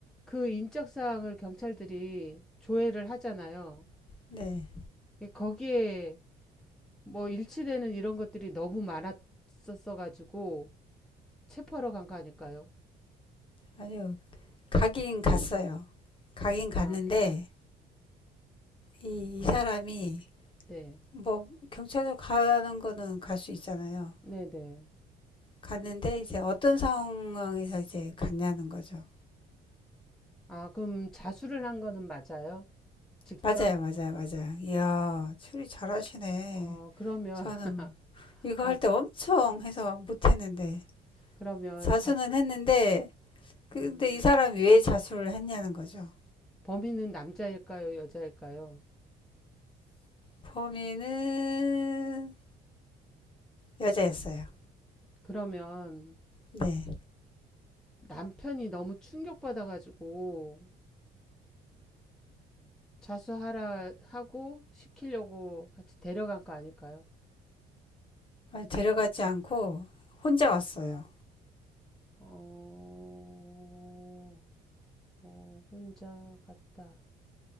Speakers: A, in the centre; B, on the left.
A: 그 인적사항을 경찰들이 조회를 하잖아요.
B: 네.
A: 거기에 뭐 일치되는 이런 것들이 너무 많았었어가지고, 체포하러 간 거 아닐까요?
B: 아니요. 가긴 갔어요. 가긴 갔는데,
A: 아, 결,
B: 이, 이 사람이,
A: 네.
B: 뭐, 경찰서 가는 거는 갈 수 있잖아요.
A: 네네.
B: 갔는데, 이제 어떤 상황에서 이제 갔냐는 거죠.
A: 아, 그럼 자수를 한 거는 맞아요? 직접?
B: 맞아요, 맞아요, 맞아요. 이야, 추리 잘하시네.
A: 어, 그러면,
B: 저는
A: <laughs>
B: 이거
A: 아,
B: 할 때 엄청 해서 못했는데
A: 그러면
B: 자수는
A: 자,
B: 했는데 근데
A: 음,
B: 이 사람이 왜 자수를 했냐는 거죠.
A: 범인은 남자일까요? 여자일까요?
B: 범인은 여자였어요.
A: 그러면,
B: 네.
A: 남편이 너무 충격받아가지고 자수하라 하고 시키려고 같이 데려간 거 아닐까요?
B: 데려가지 않고 혼자 왔어요.
A: 어, 어, 혼자 갔다.